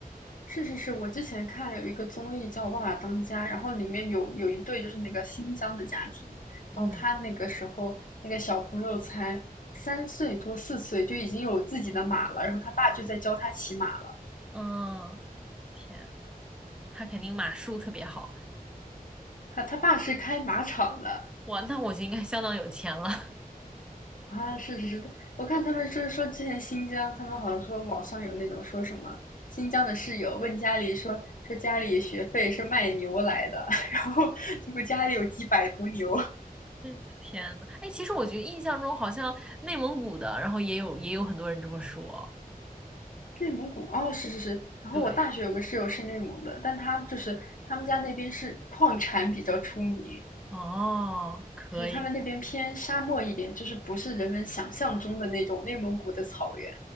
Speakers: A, on the left (about 60°); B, in the centre.
A: 是是是，我之前看有一个综艺叫《爸爸当家》，然后里面有有一对就是那个新疆的家庭，
B: 嗯
A: 然后他那个时候那个小朋友才三岁多四岁就已经有自己的马了，然后他爸就在教他骑马了，
B: 嗯，天，他肯定马术特别好，
A: 他他爸是开马场的
B: 哇，那我就应该相当有钱了。<laughs>
A: 啊，是是是，我看他们说说之前新疆，他们好像说网上有那种说什么新疆的室友问家里说说家里学费是卖牛来的，<laughs> 然后结果家里有几百头牛。
B: 嗯，天呐，哎，其实我觉得印象中好像内蒙古的，然后也有也有很多人这么说。
A: 内蒙古哦，是是是。然后我大学有个室友是内蒙的，
B: 对，
A: 但他就是他们家那边是矿产比较出名，
B: 哦，可以。
A: 就是他们那边偏沙漠一点，就是不是人们想象中的那种内蒙古的草原。